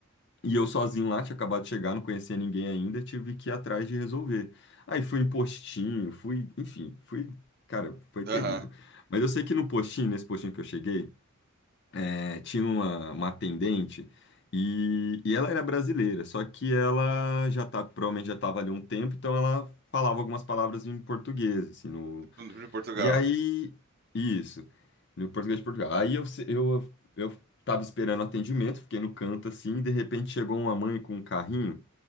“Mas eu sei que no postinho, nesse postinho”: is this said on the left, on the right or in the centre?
Left